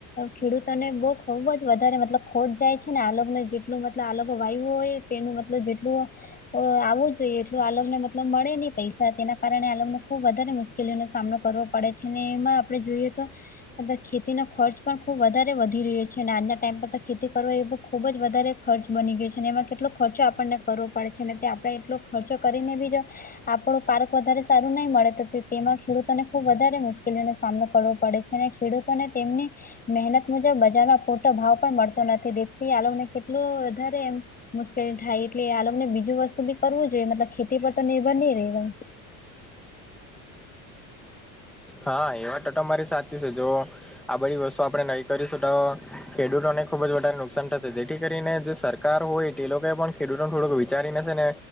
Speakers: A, on the left (about 25°); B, in the centre.
A: ખેડૂતોને બઉ ખુબ જ વધારે મતલબ ખોટ જાય છે ને. આલોગને જેટલું મતલબ આ લોકે જેટલું વાયવુ હોય તેનું મતલબ જેટલું આવવું જોઈએ, એટલું આલોકને મતલબ મળે નહી પૈસા. તેના કારણે આ લોકોને ખુબ વધારે મુશ્કેલીઓનો સામનો કરવો પડે છે અને એમાં આપણે જોઈએ તો ખેતીનો ખર્ચ પણ ખુબ વધારે વધી રહ્યો છે અને આજના ટાઈમ પર તો ખેતી કરવો એ ખૂબ જ વધારે ખર્ચ બની ગયો છે અને એમાં કેટલો ખર્ચો આપણને કરવો પડે છે અને તે આપણે એટલો ખર્ચો કરીને બી જો આપણે પાર્ક વધારે સારું નહીં મળે, તેમાં ખેડૂતોને ખુબ વધારે મુશ્કેલીઓનો સામનો કરવો પડે છેને. ખેડૂતોને તેમની મહેનત મુજબ બજારમાં પૂરતો ભાવ પણ મળતો નથી. દીતી આલોકને કેટલું વધારે એમ મુશ્કેલી થાય. એટલે આ લોકો ને બીજું વસ્તુ બી કરવું જોઈએ, મતલબ ખેતી પર તો નિર્ભર ની રેવાઈ.
B: હા એ વાત તો તમારી સાચી છે. જો આ બધી વસ્તુ આપણે નહીં કરીશું તો ખેડૂતોને ખુબ જ વધારે નુકસાન થશે, જેથી કરીને જે સરકાર કાર હોય તે લોકો પણ ખેડૂતોને થોડુંક વિચારી ને સેને